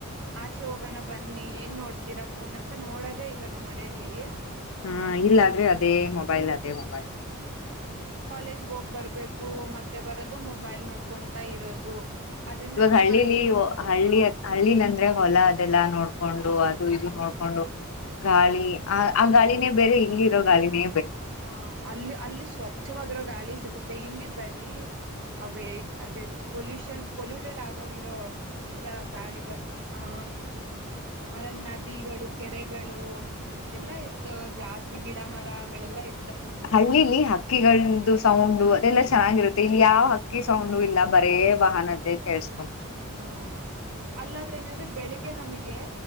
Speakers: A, on the right (about 55°); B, on the left (about 65°).
A: ಆಚೆ ಹೋಗೋಣ ಬನ್ನಿ ಏನ್ ನೋಡ್ತೀರಾ ಫೋನ್ ಅಂತ ನೋಡದೇ ಇಲ್ಲ ನಾವ್ ಮನೆಯಲ್ಲಿ
B: ಹಾ ಇಲ್ಲಾದ್ರೆ ಅದೇ ಮೊಬೈಲ್ ಅದೇ ಮೊಬೈಲ್
A: ಕಾಲೇಜ್ ಹೋಗ್ ಬರ್ಬೇಕು ಮತ್ತೆ ಬರೋದು ಮೊಬೈಲ್ ನೋಡ್ಕೊಂತಾ ಇರೋದು ಅದ್ರಿಂದ
B: ಇವಾಗ
A: ನಮ್
B: ಹಳ್ಳಿಲಿ
A: ಕಣ್ಣು ನೋವಾಗುತ್ತೆ.
B: ಹಳ್ಳಿ ಹಳ್ಳಿಲಿ ಅಂದ್ರೆ ಹೊಲ ಅದೆಲ್ಲಾ ನೋಡ್ಕೊಂಡು ಅ ಇದು ನೋಡ್ಕೊಂಡು
A: ಹ್ಮ್
B: ಗಾಳಿ ಆ ಆ ಗಾಳಿನೇ ಬೇರೆ ಇಲ್ಲಿರೋ ಗಾಳಿನೆ
A: ಹ ಅಲ್ಲಿ ಅಲ್ಲಿ ಸ್ವಚ್ಛವಾಗಿರೋ ಗಾಳಿ ಸಿಗುತ್ತೆ ಇಲ್ಲಿ ಬರೀ ಅವೇ ಅದ ಪೊಲ್ೂಷನ್ ಪೊಲ್ಯೂಟೆಡ್ ಆಗೋಗಿರೋ ಎಲ್ಲ ಗಾಳಿ ಬರ್ ಹಾ ಅದಲ್ಲಿ ನದಿಗಳು ಕೆರೆಗಳು ಎಲ್ಲಾ ಇರ್ತವೆ ಜಾಸ್ತಿ ಗಿಡ ಮರಗಳೆಲ್ಲ ಇ
B: ಹಳ್ಳಿಲಿ ಹಕ್ಕಿಗಳ ನಿಮ್ದು ಸೌಂಡು ಅದೆಲ್ಲಾ ಚೆನ್ನಾಗಿರುತ್ತೆ ಇಲ್ ಯಾವ್ ಹಕ್ಕಿ ಸೌಂಡು ಇಲ್ಲ ಬರೇ ವಾಹನದ್ದೆ ಕೇಳ್ಸ
A: ಹಾ ಅಲ್ಲಾದ್ರೆ ಹೆಂಗಂದ್ರೆ ಬೆಳಿಗ್ ಗೆ ನಮ್ಗೆ